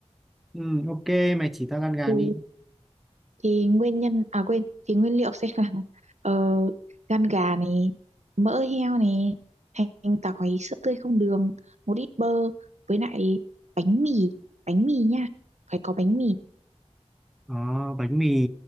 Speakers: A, in the centre; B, on the right.
A: Ừ, ok mày chỉ tao gan gà
B: Ừ,
A: đi
B: thì nguyên nhân à quên thì nguyên liệu sẽ là <laughs> ờ, gan gà này mỡ heo này hành tỏi sữa tươi không đường một ít bơ với lại bánh mì bánh mì nha phải có bánh mì
A: Ờ, bánh mì